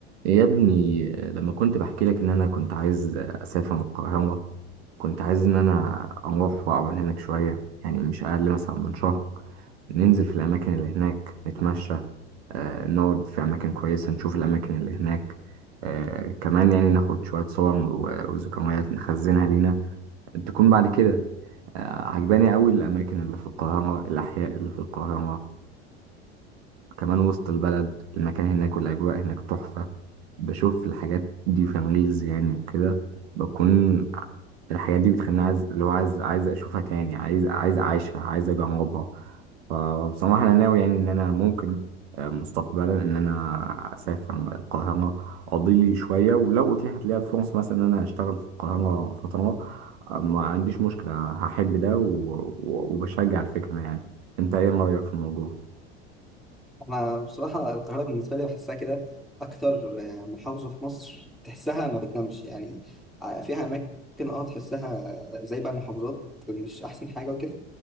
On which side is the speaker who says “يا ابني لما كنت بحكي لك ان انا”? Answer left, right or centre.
Right